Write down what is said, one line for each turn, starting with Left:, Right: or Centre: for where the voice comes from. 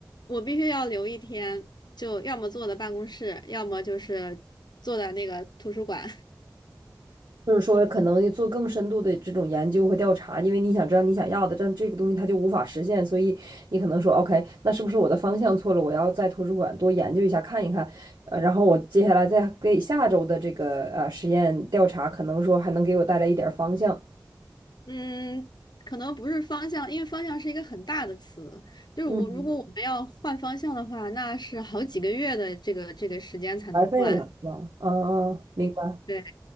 Left: 我必须要留一天，就要么坐在办公室，要么就是坐在那个图书馆。
Right: 就是说，可能做更深度的这种研究和调查，因为你想知道你想要的，但这个东西它就无法实现，所以你可能说，OK，那是不是我的方向错了？我要在图书馆多研究一下，看一看，呃，然后我接下来再给下周的这个呃实验调查，可能说还能给我带来一点儿方向，
Left: 嗯，可能不是方向，因为方向是一个很大的词。就是我，
Right: 嗯，
Left: 如果我们要换方向的话，那是好几个月的这个这个时间才能换。
Right: 白费了，是吧？啊啊，嗯明白
Left: 对，对，